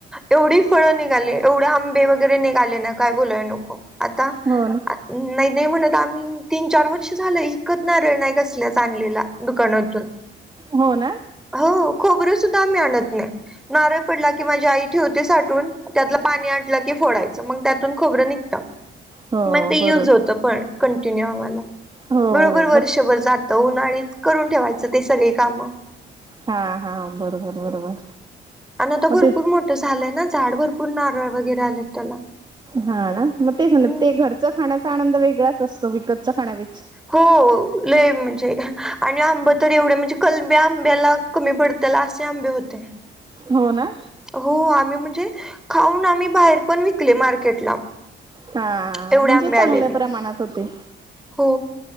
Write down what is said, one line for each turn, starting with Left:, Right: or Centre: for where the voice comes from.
Centre: एवढी फळं निघाली एवढे आंबे वगैरे निघाले ना काय बोलय नको आता
Right: हो ना
Centre: नाही नाही म्हणत आम्ही तीन चार वर्ष झाल इकत नारळ नाही कसल्या आणलेला दुकानातून
Right: हो ना
Centre: हो खोबरं सुद्धा आम्ही आणत नाही नारळ पडला कि माझी आई ठेवते साठवून त्यातलं पाणी आट की फोडायच मग त्यातून खोबरं निघतं.
Right: हो
Centre: मग ते युज
Right: बरोबर
Centre: होतं पण कंटिन्यू आम्हाला
Right: हो
Centre: बरोबर वर्षभर
Right: मग
Centre: जातं उन्हाळीत करून ठेवायचं ते सगळी कामं
Right: हा हा बरोबर बरोबर
Centre: आणि आता
Right: मग
Centre: भरपूर
Right: ते
Centre: मोठं झालंय ना झाड भरपूर नारळ वगैरे आलेत त्याला
Right: हा ना मग तेच
Centre: हम्म
Right: ना ते घरचं खाण्याचा आनंद वेगळाच असतो विकतचं खाण्यापे
Centre: हो लय म्हणजे आणि आंब तर एवढे म्हणजे कलब्या आंब्याला कमी पडत्याल असे आंबे होते
Right: हो ना
Centre: हो आम्ही म्हणजे खाऊन आम्ही बाहेर पण विक कले मार्केट ला
Right: हा
Centre: एवढे
Right: म्हणजे
Centre: आंबे
Right: चांगल्या
Centre: आलेले
Right: प्रमाणात होते
Centre: हो